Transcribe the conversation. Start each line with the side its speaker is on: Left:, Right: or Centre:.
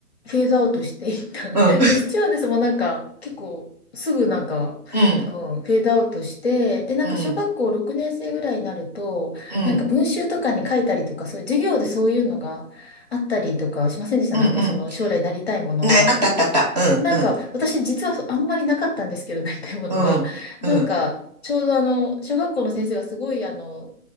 Left: フェードアウトしていった。<laughs>
Right: うん。
Left: で、スチュワーデスもなんか、結構、すぐなんか、
Right: <laughs> うん。
Left: 多分、フェードアウトして、で、なんか、
Right: うん。
Left: 小学校6年生ぐらいになると、
Right: うん。
Left: なんか、文集とかに書いたりとか、そういう授業でそういうのがあったりとかしませんでした。
Right: うん。
Left: なんか、
Right: うん。
Left: その、将来なりたいものは、
Right: ね、
Left: みたいな。
Right: あったあったあった。うん。
Left: なんか、
Right: うん。
Left: 私実はそあんまりなかったんですけど、<laughs> なりたいものが。
Right: うん。うん。
Left: なんか、ちょうどあの、小学校の先生がすごいあの、